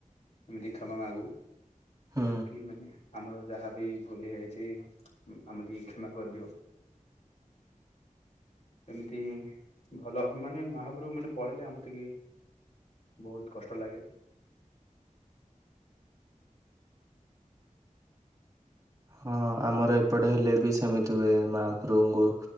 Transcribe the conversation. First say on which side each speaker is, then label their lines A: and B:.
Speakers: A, on the left; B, on the right.
A: ଏମିତି କ୍ଷମା ମାଗୁ।
B: ହୁଁ।
A: କି ମାନେ ଆମର ଯାହାବ ଭୁଲି ହୋଇଛି ଆମେ ଟେ କ୍ଷମା କରିଦିଅ ଏମିତି ଭଲ ମାନେ ମହାପ୍ରଭୁ ମାନେ ପଳେଇଲେ ଆମ ଟିକେ ବହୁତ କଷ୍ଟ ଲାଗେ
B: ହଁ ଆମର ଏପଟେ ହେଲେ ବି ସେମିତି ହୁଏ ମହାପ୍ରଭୁଙ୍କୁ